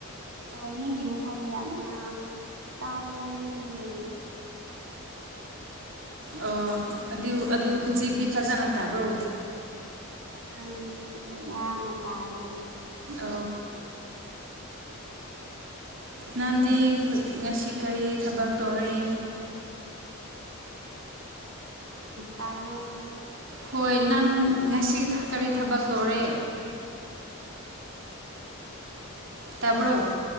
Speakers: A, on the right; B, on the right.
A: ꯍ ꯅꯪꯒꯤ ꯃꯈꯣꯟꯜ ꯌꯥꯝꯅ ꯇꯥꯕꯗ ꯅꯦꯝꯃꯦ
B: ꯑꯣ ꯑꯗꯨ ꯑꯗꯨ ꯍꯧꯖꯤꯛꯇꯤ ꯐꯖꯅ ꯇꯥꯕ꯭ꯔꯣ
A: ꯑ ꯍꯧꯖꯤꯛꯇꯤ ꯐꯖꯅ ꯇꯥꯔꯦ
B: ꯑ ꯅꯝꯗꯤ ꯉꯁꯤ ꯀꯔꯤ ꯊꯕꯛ ꯇꯧꯔꯦ
A: ꯇꯥꯔꯕ
B: ꯍꯣꯏ ꯅꯪ ꯉꯁꯤ ꯀꯔꯤ ꯊꯕꯛ ꯇꯧꯔꯦ ꯇꯥꯕ꯭ꯔꯣ